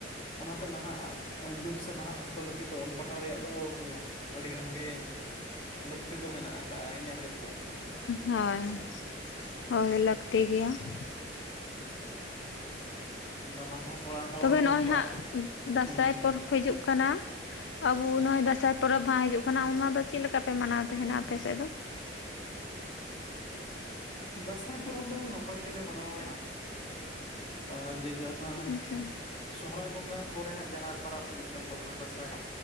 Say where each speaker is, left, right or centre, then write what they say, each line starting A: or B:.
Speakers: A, on the left; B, on the left.
A: ᱚᱱᱟᱛᱮ ᱱᱟᱦᱟᱜ ᱡᱩᱜᱽ ᱥᱮ ᱱᱟᱦᱟᱜ ᱚᱠᱛᱚ ᱞᱟᱹᱜᱤᱫ ᱫᱚ ᱚᱞ ᱯᱟᱲᱦᱟᱣ ᱨᱮᱭᱟᱜ ᱫᱚ ᱟᱹᱰᱤ ᱜᱟᱱ ᱜᱮ ᱞᱟᱹᱠᱛᱤ ᱫᱚ ᱢᱮᱱᱟᱜ ᱟᱠᱟᱜᱼᱟ ᱤᱧᱟᱹᱜ ᱩᱭᱟᱹᱨ ᱛᱮᱫᱚ ᱦᱟᱸᱜ ᱾
B: ᱦᱳᱭ, ᱦᱳᱭ ᱞᱟᱹᱠᱛᱤ ᱜᱮᱭᱟ ᱾
A: ᱢᱟᱱᱟ ᱦᱚᱸ ᱠᱚᱲᱟ ᱦᱚᱲ
B: ᱛᱚᱵᱮ ᱱᱚᱜᱼᱚᱭ
A: ᱠᱚᱲᱟ
B: ᱦᱟᱸᱜ
A: ᱦᱚᱯ
B: ᱫᱟᱸᱥᱟᱭ
A: ᱦᱩᱸ
B: ᱯᱚᱨᱚᱵᱽ ᱦᱤᱡᱩᱜ ᱠᱟᱱᱟ, ᱟᱵᱚ ᱱᱚᱜᱼᱚᱭ ᱫᱟᱸᱥᱟᱭ ᱯᱚᱨᱚᱵᱽ ᱦᱟᱸᱜ ᱦᱤᱡᱩᱜ ᱠᱟᱱᱟ ᱚᱱᱟ ᱫᱚ ᱪᱮᱫ ᱞᱮᱠᱟ ᱯᱮ ᱢᱟᱱᱟᱣ ᱛᱟᱦᱮᱱᱟ ᱟᱯᱮ ᱥᱮᱫ ᱫᱚ?
A: ᱫᱟᱸᱥᱟᱭ ᱯᱚᱨᱚᱵᱽ ᱫᱚ ᱱᱟᱯᱟᱭ ᱜᱮᱞᱮ ᱢᱟᱱᱟᱣ ᱵᱟᱲᱟ ᱟᱨ ᱡᱮ ᱡᱚᱢ ᱢᱟ
B: ᱟᱪᱪᱷᱟ
A: ᱥᱚᱦᱚᱨᱟᱭ ᱵᱚᱸᱜᱟ ᱯᱚᱨᱮ ᱦᱟᱸᱜ ᱡᱟᱦᱟᱸ ᱯᱚᱨᱚᱵᱽ ᱦᱤᱡᱩᱜ ᱠᱟᱱ ᱛᱟᱵᱚᱱᱟ ᱫᱟᱸᱥᱟᱭ